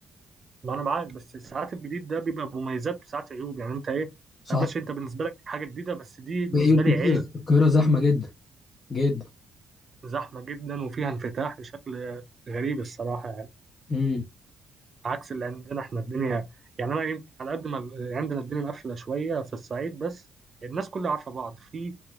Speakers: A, on the right (about 40°); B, on the left (about 35°).
A: ما انا معاك بس ساعات الجديد ده بيبقى مميزات وساعات عيوب يعني انت ايه
B: صح
A: ماشي انت بالنسبه لك حاجه جديده بس دي بالنسبه
B: في عيوب
A: لي
B: كتيرة
A: عيب
B: القاهرة زحمة جدا جدا
A: زحمه جدا وفيها انفتاح بشكل غريب الصراحه يعني
B: امم
A: عكس اللي عندنا احنا الدنيا يعني انا يمكن على قد ما ال- عندنا الدنيا مقفله شويه في الصعيد بس الناس كلها عارفه بعض في